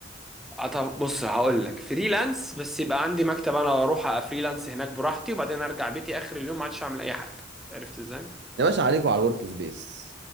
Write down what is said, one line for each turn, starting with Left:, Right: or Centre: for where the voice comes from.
Centre: طب بص هقول لك فريلانس بس يبقى عندي مكتب انا واروح افريلانس هناك براحتي وبعدين ارجع بيتي اخر اليوم ما عادش اعمل اي حاجه عرفت ازاي
Right: يا باشا عليكوا على الورك سبيس